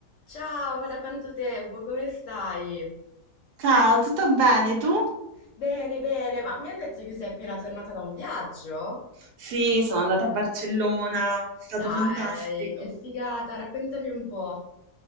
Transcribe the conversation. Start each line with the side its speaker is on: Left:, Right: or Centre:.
Left: Ciao, ma da quanto tempo? Come stai?
Right: Ciao, tutto bene tu?
Left: Bene, bene, ma mi hanno detto che sei appena tornata da un viaggio?
Right: Sì, sono andata a Barcellona, è stato
Left: Dai,
Right: fantastico.
Left: che figata, raccontami un po'.